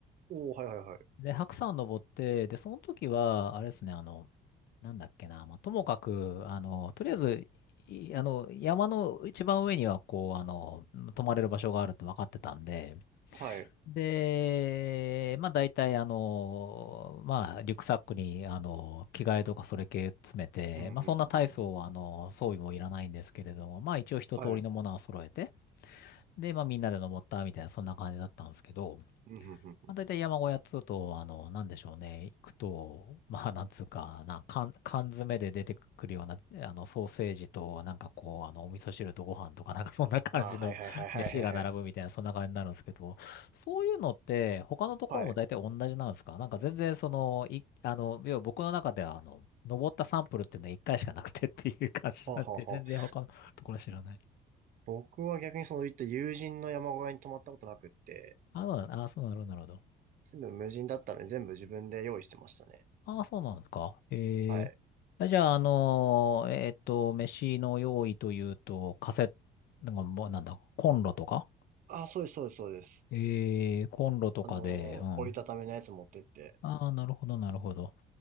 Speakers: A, on the right; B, on the left.
A: おー、はいはいはい。
B: で、白山登って、で、その時は、あれですね、あの、なんだっけな、まあ、ともかく、あの、とりあえず、いあの、山の一番上には、こう、あの、泊まれる場所があるって分かってたんで、
A: はい。
B: で、まあ、大体、あの、まあ、リュックサックに、あの、着替えとかそれ系詰めて、
A: うん、
B: まあ、
A: うん、
B: そんな大層、
A: うん、うん。
B: あの、装備もいらないんですけれども、まあ、一応一通りのものは揃えて、
A: はい。
B: で、まあ、みんなで登ったみたいな、そんな感じだったんですけど、
A: うんうんうんうん
B: まあ、大体山小屋っつうと、あの、なんでしょうね、行くと、まあ、<laughs> なんつうかな、缶、缶詰で出てくるような、あの、ソーセージと、なんかこう、あの、お味噌汁とご飯とか、なんか <laughs> そんな感じの
A: ああ、はいはいはいはいはいはい。
B: <laughs> 飯が並ぶみたいな、そんな感じになるんですけど、そういうのって、他のところも大体同じなんですかなんか全然、
A: はい。は
B: その、い、あの、要は僕の中では、あの、登ったサンプルっていうのは1回しかなくてっていう感じなんで、
A: あ、はあはあ。
B: 全然他のところ知らない。
A: 僕は逆にそういった友人の山小屋に泊まったことなくって、
B: あ、そうなあ、そうなるほどなるほど。
A: 全部無人だったので全部自分で用意してましたね。
B: ああ、そうなんですか。ええあじゃあ、
A: はい。
B: あのーえーっと、飯の用意というと、カセットなんかもうなんだ、コンロとか
A: ああ、そうですそうですそうです。
B: ええコンロとかで、
A: あのー折りたたみのやつ持ってって。
B: うん。ああ、なるほど、なるほど。